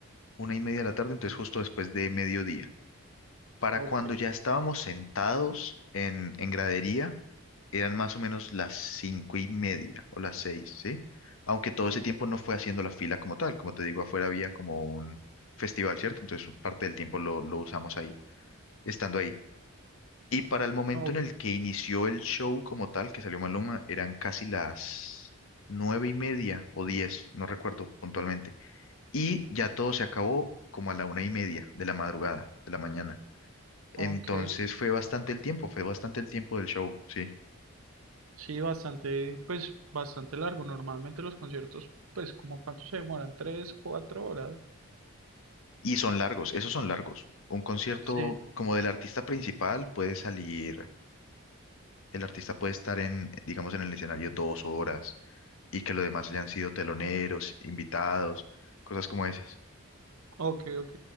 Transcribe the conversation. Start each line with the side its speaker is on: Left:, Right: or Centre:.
Left: Una y media de la tarde, entonces justo después de mediodía. Para
Right: ok.
Left: cuando ya estábamos sentados en, en gradería, eran más o menos las cinco y media o las seis, ¿sí? Aunque todo ese tiempo no fue haciendo la fila como tal, como te digo, afuera había como un festival, ¿cierto? Entonces parte del tiempo lo, lo usamos ahí, estando ahí. Y para el momento
Right: o
Left: en el que inició el show como tal, que salió Maluma, eran casi las nueve y media o diez, no recuerdo puntualmente. Y ya todo se acabó como a la una y media de la madrugada, de la mañana. Entonces
Right: ok.
Left: fue bastante el tiempo, fue bastante el tiempo del show, sí.
Right: Sí, bastante, pues bastante largo. Normalmente los conciertos, pues como cuánto se demoran, tres, cuatro horas.
Left: Y son largos, esos son largos. Un concierto
Right: Sí,
Left: como del artista principal puede salir, el artista puede estar en, digamos, en el escenario dos horas y que los demás hayan sido teloneros, invitados, cosas como esas.
Right: ok, ok.